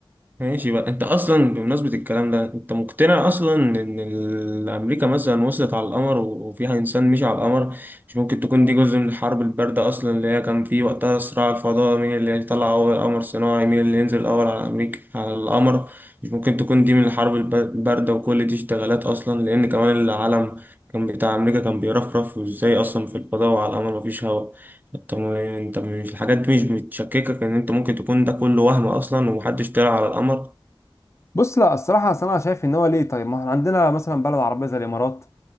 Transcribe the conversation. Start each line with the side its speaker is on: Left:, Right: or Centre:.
Right: ماشي بقى انت اصلا بمناسبة الكلام ده انت مقتنع اصلا ان ال- امريكا مثلا وصلت على القمر و- وفيها انسان مشي على القمر مش ممكن تكون دي جزء من الحرب الباردة اصلا اللي هي كان في وقتها صراع الفضاء مين اللي هيطلع اول قمر صناعي مين اللي ينزل اول على امريكا على القمر مش ممكن تكون دي من الحرب الب- الباردة وكل دي اشتغالات اصلا لان كمان العالم كان بتاع امريكا كان بيرفرف وازاي اصلا في الفضاء وعلى القمر مفيش هواء انت م- انت مش الحاجات دي مش بتشككك ان انت ممكن تكون ده كله وهم اصلا ومحدش طلع على القمر
Left: بص لا الصراحه أصل انا شايف ان هو ليه طيب ما احنا عندنا مثلا بلد عربيه زي الامارات